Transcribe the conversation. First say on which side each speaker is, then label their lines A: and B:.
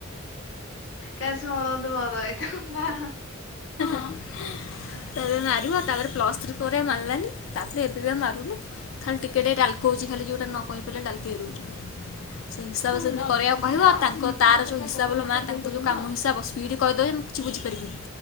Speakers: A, on the left; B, on the left.
A: କାସ୍ ମୋର ଗୋଟେ ବଡ଼ ଭାଇ ଥାଆନ୍ତା।
B: ଆଁ
A: <inaudible>
B: ତାପରେ ମାରିବ ତାପରେ ପ୍ଲସ୍ ଥ୍ରୀ ପରେ ମାରିଲାନି ତାପରେ ଏବେ ବି ଆଉ ମାରୁନି ଖାଲି ଟିକେ ଟିକେ ଡାଲକଉଛି ଖାଲି ଯୋଉଟା ନ କହିପାରିଲେ ଡାଲିକେଇ ଦୋଉଚି ମତେ। ସେଇ ହିସାବରେ ସେମିତି କରିବାକୁ କହିବ ଆଉ ତା ତାର ଯୋଉ ହିସାବ ଲ ମା ତାଙ୍କ ଯୋଉ କାମ ହିସାବ ପିଇଠଟି କହିଦେବ ମୁଁ କିଛି ବୁଝିପାରିବିନି